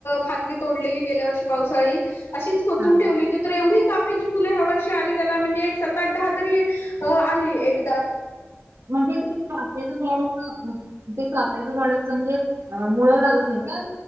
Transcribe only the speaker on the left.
फांदी तोडलेली गेल्यावरशी पावसाळी अशीच कोचून
ठेवली होती तर एवढी फ वर्षली त्या म्हण द तरी आली एक